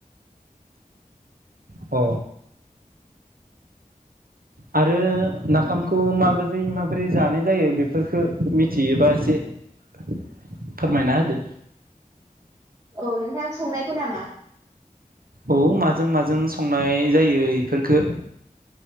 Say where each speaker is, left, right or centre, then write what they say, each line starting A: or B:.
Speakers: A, on the right (about 80°); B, on the right (about 25°).
A: अ आरो नाफामखौ माबोजै माबोरै जानाय जायो बेफोरफोरखो मिथियोबा एसे फोरमायना होदो
B: औ नोंथां संनायखौ नामा
A: औ माजों माजों संनाय जायो एफोरखो